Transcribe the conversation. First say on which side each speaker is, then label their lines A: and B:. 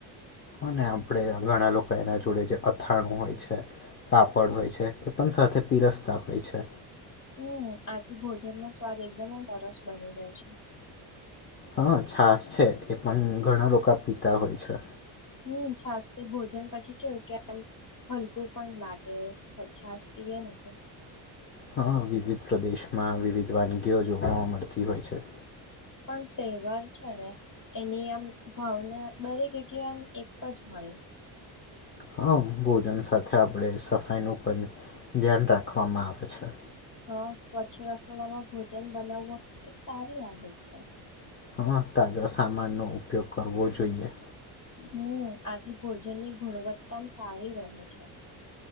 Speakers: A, on the left (about 25°); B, on the left (about 50°).
A: અને આપણે ઘણા લોકો એના જોડે જે અથાણું હોય છે કાપડ હોય છે એ પણ સાથે પીરસ્તા હોય છે
B: હું આથી ભોજન નો સ્વાદ એકદમ જ સરરસ બની જાય છે.
A: હ છાસ છે એ પણ ઘણા લોકા પીતા હોય છે.
B: હમ છાસ થી ભોજન પછી કેવું કેમ હલકું પણ લાગે છાસ પીએને તો
A: હા વિવિધ પ્રદેશમાં વિવિધ વાનગીઓ જોવા મળતી હોય છે.
B: પણ તહેવાર છે ને એની આમ ભાવના દરેક જગ્યાએ આમ એક કજ હોય
A: હા ભોજન સાથે આપણે સફાઈનું પણ ધ્યાન રાખવામાં આવે છે.
B: હા સ્વચ્છ રસોડામાં ભોજન બનાવવા એક સારી આદત છે.
A: હા તાજા સામાનનો ઉપયોગ કરવો જોઈએ.
B: હમ આથી ભોજન ની ગુણવત્તામ સારી રહે છે.